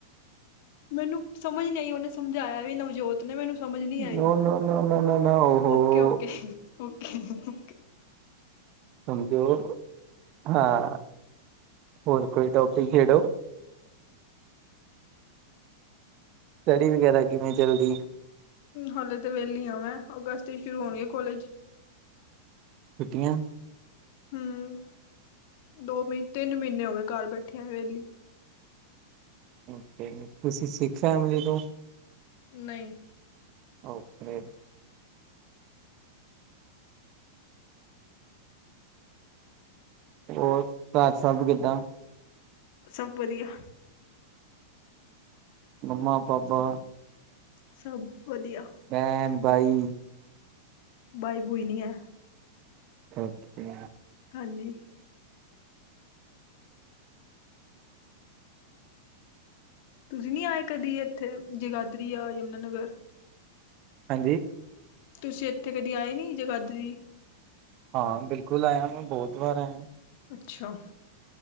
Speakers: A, on the left; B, on the right.
A: ਮੈਨੂੰ ਸਮਝ ਨਈ ਆਈ, ਉਹਨੇ ਸਮਝਾਇਆ ਵੀ ਨਵਜੋਤ ਨੇ ਮੈਨੂੰ ਸਮਝ ਨੀ ਆਈ
B: no no no no no no ਹੋ
A: okay ਓਕੇ ਓ ਓ
B: ਸਮਝੋ ਹਾਂ ਹੋਰ ਕੋਈ ਟੋਪਿਕ ਛੇੜੋ ਸਟਡੀ ਵਗੈਰਾ ਕਿਵੇਂ ਚਲਦੀ
A: ਹਾਲੇ ਤਾਂ ਵਿਹਲੀ ਆ ਵੈਂ ਅਗਸਤ ਹੀ ਸ਼ੁਰੂ ਹੋਣਗੇ ਕੋਲੇਜ
B: ਛੁੱਟੀਆਂ।
A: ਹੂੰ, ਦੋ ਮਹੀ ਤਿੰਨ ਮਹੀਨੇ ਹੋ ਗੇ ਘੱਰ ਬੈਠੇਆ ਵੇਲੀ।
B: ਓਕੇ, ਤੁਸੀਂ ਸਿੱਖ ਫੈਮਿਲੀ ਤੋਂ?
A: ਨਹੀਂ।
B: ਓਕੇ। ਹੋਰ, ਘੱਰ ਸਬ ਵੀ ਕਿੱਦਾਂ?
A: ਸਭ ਵਧੀਆ।
B: ਮੰਮਾ-ਪਾਪਾ।
A: ਸਭ ਵਧੀਆ।
B: ਬੈਣ ਬਾਈ।
A: ਬਾਈ ਬੂਈ ਨੀ ਐ।
B: ਓਕੇ।
A: ਹਾਂਜੀ। ਤੁਸੀਂ ਨੀ ਆਏ ਕਦੀ ਏਥੇ ਜਗਾਧਰੀ ਯਾ ਯਮੁਨਾ ਨਗਰ?
B: ਹਾਂਜੀ।
A: ਤੁਸੀਂ ਏਥੇ ਕਦੀ ਆਏ ਨੀ ਜਗਾਧਰੀ?
B: ਹਾਂ, ਬਿਲਕੁਲ ਆਇਆ ਵਾ ਬੌਤ ਵਾਰ ਆਇਆ।
A: ਪੁੱਛੋ।